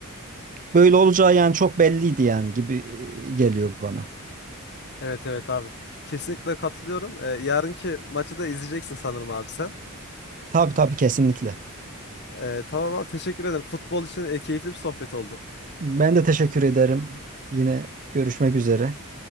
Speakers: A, on the right; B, on the left.
A: e, böyle olacağı yani çok belliydi yani gibi e, geliyor bana.
B: Evet evet abi. Kesinlikle katılıyorum. E, yarınki maçı da izleyeceksin sanırım abi sen.
A: Tabii tabii kesinlikle.
B: E, tamam abi teşekkür ederim. Futbol için e, keyifli bir sohbet oldu.
A: Ben de teşekkür ederim. Yine görüşmek üzere.